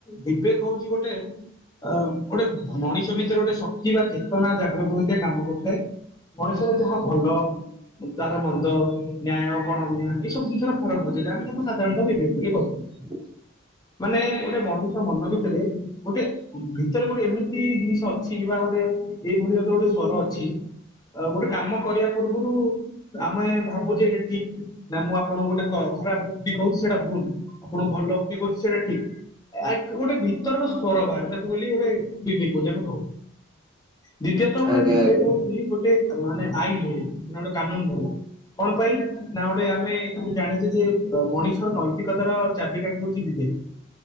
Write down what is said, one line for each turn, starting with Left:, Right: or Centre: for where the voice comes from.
Left: ବିବେକ ହଉଛି ଗୋଟେ ଅ ଗୋଟେ ମଣିଷ ଭିତରେ ଗୋଟେ ଶକ୍ତି ବା ଚେତନା ଜାଗ୍ରତ ହୋଇଥାଏ କାମ କରିଥାଏ ମଣିଷରେ ଯାହା ଭଲ ତାର ମନ୍ଦ ନ୍ୟାୟ କଣନ୍ୟାୟ ଏଇ ସବୁ ଜିନିଷର ଫରକ ବୁଝେଇଲେ ଆମେ ତାକୁ ସାଧାରଣତଃ ବିିବେଦ ବୋଲି କହୁଛ
Right: ?
Left: ମାନେ ଗୋଟେ ମଣିଷ ମଣିଷ ମନ ଭିତରେ ଗୋଟେ ଭିତରେ ଗୋଟେ ଏମିତି ଜିନିଷ ଅଛି ବା ଗୋଟେ ଏଇଭଳି ଭାବେ ଗୋଟେ ସ୍ଵର ଅଛି ଗୋଟେ କାମ କରିବା ପୂର୍ବରୁ ଆମେ ଭାବୁଜେ ଏଇଟା ଠିକ୍ ନା ମୁଁ ଆପଣଙ୍କୁ ଗୋଟେ ଖରାପ ଉକ୍ତି କହୁଛି ସେଇଟା ଭୁଲ୍। ଆପଣଙ୍କୁ ଭଲ ଉକ୍ତି କହୁଛି ସେଇଟା ଠିକ୍। ଗୋଟେ ଭିତରର ସ୍ୱର ବାହାରେ ତାକୁ ବୋଲି ଗୋଟେ ବିବେକ ବୋଲି ଆମେ କହୁ। ଦ୍ବିତୀୟତଃ ଗୋଟେ
Right: ଆଜ୍ଞା
Left: ବିିବେକ
Right: ଆଜ୍ଞା
Left: ହୋଉଛି ଗୋଟେ ମାନେ ଆଇନ୍ ଭଳିଆ ଗୋଟେ କାନୁନ୍ କହୁ। କଣ ପାଇଁ ନା ଗୋଟେ ଆମେ ଆମେ ଜାଣିଛେ ଯେ ମଣିଷର ନୈତିକତା ର ଚାବିକାଠି ହୋଉଚି <unintelligible>